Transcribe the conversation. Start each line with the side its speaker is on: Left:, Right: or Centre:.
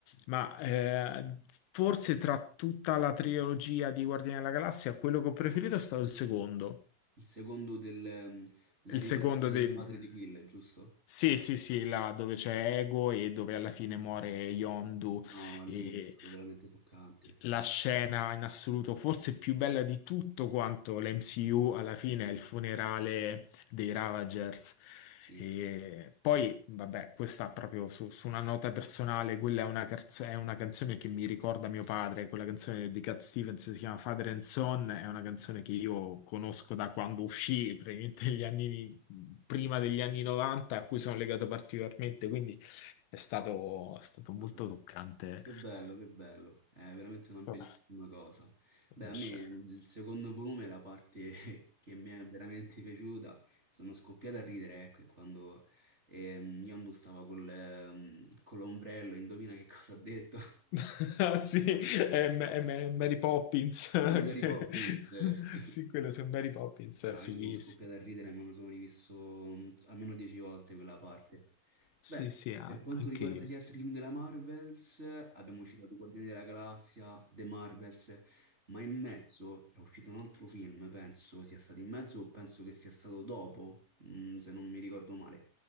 Left: Ma eh, forse tra tutta la trilogia di Guardiani della Galassia, quello che ho preferito è stato il secondo.
Right: Il secondo del, ehm, la
Left: Il
Right: rivelazione
Left: secondo dei...
Right: del padre di Will, giusto?
Left: Sì, sì, sì, là dove c'è Ego e dove alla fine muore Yondu.
Right: No, lì
Left: E
Right: è stato veramente toccante.
Left: la scena in assoluto, forse più bella di tutto quanto l'MCU, alla fine è il funerale dei Ravagers.
Right: Sì.
Left: E poi, vabbè, questa proprio su, su una nota personale, quella è una, carzo- è una canzone che mi ricorda mio padre, quella canzone di Cat Stevens si chiama Father and Son, è una canzone che io conosco da quando uscì, praticamente gli anni, prima degli anni 90, a cui sono legato particolarmente, quindi è stato, è stato molto
Right: Ah,
Left: toccante.
Right: che bello, che bello. È veramente una bellissima
Left: Oh,
Right: cosa.
Left: come
Right: Beh, a me
Left: scena.
Right: ehm, il secondo volume, la parte <laughs> che mi è veramente piaciuta, sono scoppiato a ridere, ecco, è quando ehm, Yondu stava col, ehm, con l'ombrello, indovina che cosa ha detto? <laughs>
Left: <laughs> Ah, sì, è, M- è M- Mary Poppins. <laughs>
Right: Sono Mary
Left: che-
Right: Poppins. <laughs>
Left: Sì, quello su Mary Poppins
Right: No,
Left: è fighissimo.
Right: io sono scoppiato a ridere, me lo sono rivisto mm, almeno dieci volte quella parte.
Left: Sì,
Right: Beh,
Left: sì, ah,
Right: per quanto
Left: anche
Right: riguarda
Left: io.
Right: gli altri film della Marvels, abbiamo citato i Guardiani della Galassia, The Marvels, ma in mezzo è uscito un altro film, penso sia stato in mezzo o penso che sia stato dopo, mm, se non mi ricordo male.